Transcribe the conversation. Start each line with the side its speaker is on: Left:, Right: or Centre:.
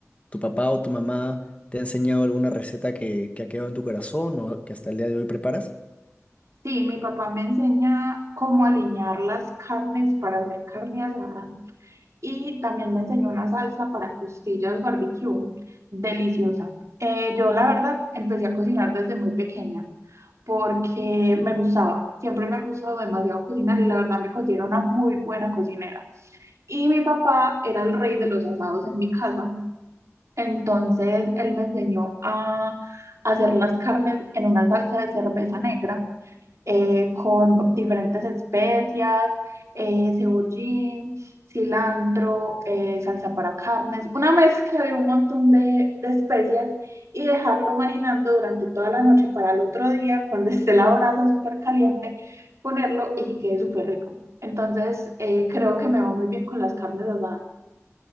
Left: ¿tu papá o tu mamá te ha enseñado alguna receta que, que ha quedado en tu corazón o que hasta el día de hoy preparas?
Right: Sí, mi papá me enseña cómo alinear las carnes para hacer carne asada y también me enseñó una salsa para costillas barbecue, deliciosa. Eh, yo la verdad empecé a cocinar desde muy pequeña porque me gustaba, siempre me ha gustado demasiado cocinar y la verdad me considero una muy buena cocinera. Y mi papá era el rey de los asados en mi casa, entonces él me enseñó a hacer las carnes en una salsa de cerveza negra eh, con diferentes especias, eh, cebollín, cilantro, eh, salsa para carnes, una mezcla de un montón de, de especias y dejarlo marinando durante toda la noche para el otro día, cuando <laughs> esté la brasa súper caliente, ponerlo y que quede súper rico. Entonces, eh, creo que me va muy bien con las carnes asadas.